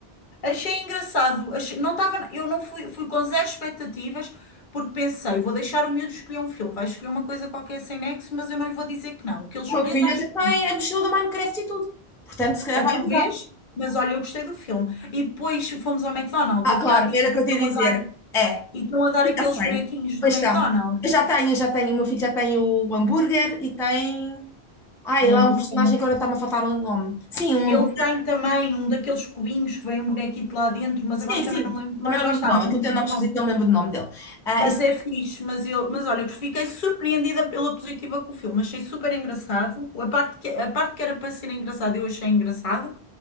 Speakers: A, on the left; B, in the centre.
A: Achei engraçado, achei- não estava, eu não fui, fui com zero expectativas porque pensei, vou deixar o miúdo escolher um filme, vai escolher uma coisa qualquer sem nexo, mas eu não lhe vou dizer que não. O que ele
B: O
A: escolher
B: meu filho
A: está escolhido.
B: até tem a mochila do Minecraft e tudo. Portanto, se calhar
A: Ah,
B: vai
A: Talvez,
B: durar.
A: mas olha, eu gostei do filme. E depois fomos ao McDonald's
B: Ah,
A: aqui
B: claro,
A: há dias
B: era o
A: e
B: que
A: estão
B: eu te ia dizer.
A: a dar,
B: É,
A: e estão a dar aqueles
B: já sei.
A: bonequinhos
B: Pois
A: do
B: estão.
A: McDonald's,
B: Eu já tenho, já tenho. O meu filho já tem o hambúrguer e tem Ah,
A: o
B: e lá
A: hambúrguer.
B: é um personagem que agora está-me a faltar o nome. Sim, um
A: Ele
B: hambú-
A: tem também um daqueles cubinhos que vem um bonequito lá dentro, mas
B: Sim,
A: agora também
B: sim.
A: não me lembro, mas
B: Também não
A: lá
B: me
A: está,
B: lembro do nome.
A: não me
B: Aquilo
A: lembro
B: tem um
A: do
B: nome esquisito,
A: nome.
B: não me lembro do nome dele. Ah,
A: Mas
B: e sim,
A: é fixe, mas, eu, mas olha, eu fiquei surpreendida pela positiva com o filme, achei super engraçado. A parte que, a parte que era para ser engraçado, eu achei engraçado